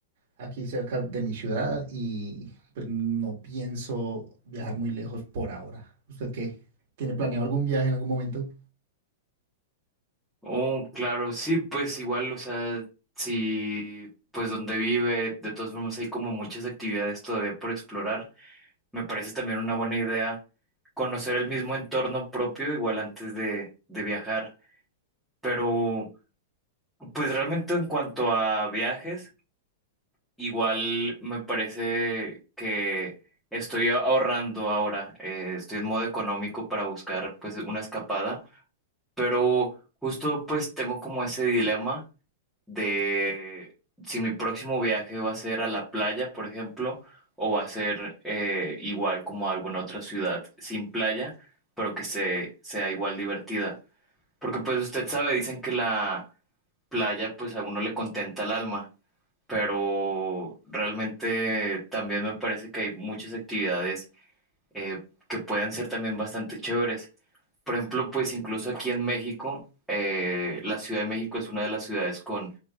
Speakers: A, on the right; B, in the centre.
A: aquí cerca de mi ciudad y pues no pienso viajar muy lejos por ahora. ¿Usted qué? ¿Tiene planeado algún viaje en algún momento?
B: Oh, claro, sí, pues igual, o sea, si pues donde vive, de todas formas hay como muchas actividades todavía por explorar. Me parece también una buena idea conocer el mismo entorno propio, igual antes de, de viajar. Pero, pues realmente en cuanto a viajes. Igual me parece que estoy ahorrando ahora, eh, estoy en modo económico para buscar pues una escapada, pero justo pues tengo como ese dilema de si mi próximo viaje va a ser a la playa, por ejemplo, o va a ser eh, igual como a alguna otra ciudad sin playa, pero que se, sea igual divertida. Porque pues usted sabe, dicen que la playa pues a uno le contenta el alma pero realmente también me parece que hay muchas actividades eh, que pueden ser también bastante chéveres. Por ejemplo, pues incluso aquí en México, eh, la Ciudad de México es una de las ciudades con